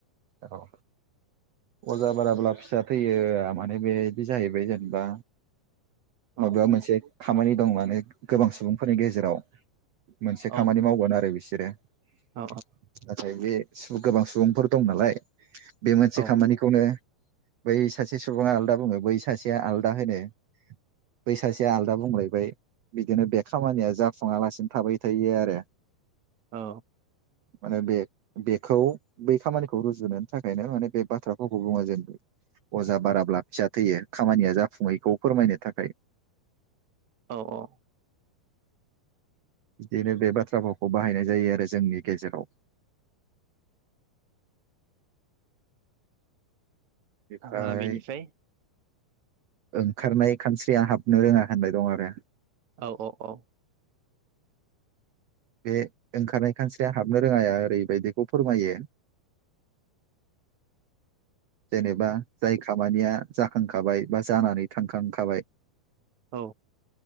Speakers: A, on the right; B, on the right.
A: औ। अजा बाराब्ला फिसा थैयो, माने बे जाहैबाय जेनेबा।
B: औ
A: माबा मोनसे खामानि दंमोन। उमफ्राय गोबां सुबुंफोरनि गेजेराव मोनसे
B: औ
A: खामानि मावगोन आरो बिस <unintelligible>
B: औ
A: नाथाय बे। गोबां सुबुंफोर दं नालाय बे।
B: औ
A: खामानिखौनो। बै सासे सुबुङा आलादा बुङो बै सासेया आलादा होनो बै सासेया आलदा बुंलायबाय बिदिनो बे खामानिया जाफुङालासिनो थाबाय थायो आरो।
B: औ।
A: माने बे बेखौ बै खामानिखौ रुजोनो थाखायनो माने बे। बाथ्राफोरखौ बुङो जेनेबा अजा बाराब्ला फिसा थैयो खामानिया जाफुङैखौ फोरमायनो थाखाय।
B: औ औ।
A: बिदिनो बे बाथ्रा भावखौ बाहायनाय जायो आरो जोंनि गेजेराव। बेनिफ्राय
B: ओ बेनिफाय।
A: ओंखारनाय खानस्रिया हाबनो रोङा होननाय दं आरो।
B: औ औ औ।
A: बे ओंखारनाय खानस्रिया हाबनो रोङाया ओरैबायदिखौ फोरमायो। जेनेबा जाय खामानिया जाखांखाबाय बा जानानै थांखांखाबाय।
B: औ।